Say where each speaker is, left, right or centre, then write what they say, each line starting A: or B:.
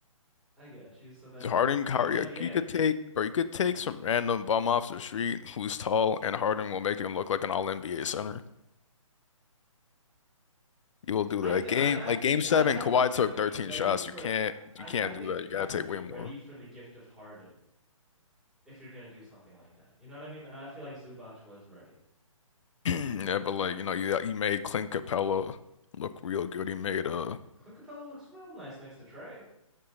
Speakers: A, in the centre; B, on the left.
A: I got you. So then,
B: Harden,
A: chicken
B: Kyrie,
A: and
B: like,
A: the egg.
B: you could take, or you could take some random bum off the street who's tall, and Harden will make him look like an all-NBA center. You will do
A: I
B: that. Like,
A: th
B: Game
A: I
B: like
A: I think
B: game seven,
A: I I
B: Kawhi
A: think you
B: took
A: have to
B: 13
A: be ready
B: shots.
A: for
B: You can't
A: I
B: you can't
A: I think
B: do that.
A: you
B: You
A: have
B: gotta take
A: to be
B: way more.
A: ready for the gift of Harden if you're gonna do something like that. You know what I mean? And I feel like Zubac was ready.
B: <clears throat> Yeah, but
A: Yeah.
B: like, you know, you he made Clint Capella look real good. He made uh
A: Clint Capella looks real nice next to Trey.